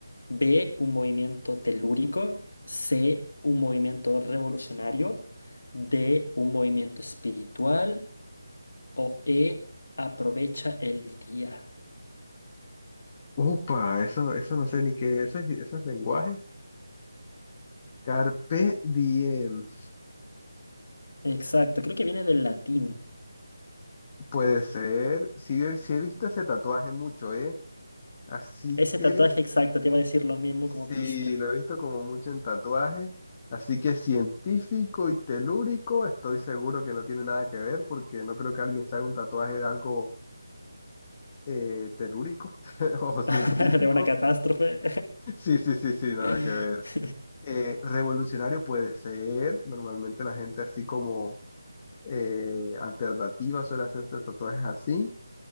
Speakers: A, on the left (about 65°); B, on the left (about 20°).
A: B, un movimiento telúrico. C, un movimiento revolucionario. D, un movimiento espiritual. O E, aprovecha el día.
B: Upa, eso, eso no sé ni qué, esos, esos lenguajes. Carpe diem.
A: Exacto, creo que viene del latín.
B: Puede ser. Sí, he- sí he visto ese tatuaje mucho, ¿eh? Así
A: Ese
B: que
A: tatuaje exacto te iba a decir lo mismo
B: sí,
A: como pista
B: lo he visto como mucho en tatuajes. Así que científico y telúrico, estoy seguro que no tiene nada que ver porque no creo que alguien se haga un tatuaje de algo eh, telúrico <laughs> o científico.
A: <laughs> de una catástrofe.
B: Sí, sí, sí, sí, nada
A: <laughs>
B: que ver. Eh, revolucionario puede ser, normalmente la gente así como eh, alternativa suele hacerse tatuajes así,